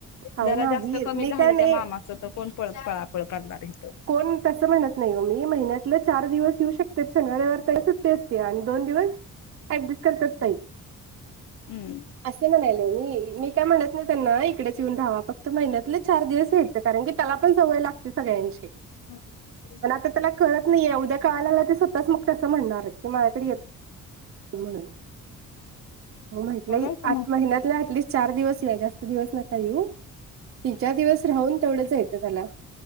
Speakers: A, on the right; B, on the left.
A: हो
B: जरा
A: नाही
B: जास्त कमी
A: मी
B: झालं,
A: काय नाही
B: त्या मामाच तर कोण पळ- पळापळ करणारे.
A: कोण? तसं म्हणत नाही हो मी महिन्यातलं चार दिवस येऊ शकते शनिवार रविवार तर सुट्टी असते, आणि दोन दिवस ऍडजस्ट करतात ताई.
B: हम्म,
A: असे म्हणायले मी मी काय म्हणत नाही, त्यांना इकडेच येऊन रहावा फक्त महिन्यातले चार दिवस यायचं. कारण की, त्याला पण सवय लागते सगळ्यांची.
B: व्हालयं.
A: पण आता त्याला कळत नाहीये, उद्या काळायला लागल्यावर ते स्वतःच मग तसं म्हणणार हाय, की माझ्याकडे येत नाहित म्हणून, म्हटलय
B: बघायचं
A: आठ
B: मग
A: महिन्यातल्या अँटलिस्ट चार दिवस या जास्त दिवस नका येऊ, तीन चार दिवस राहून तेवढंच द्यायच त्याला.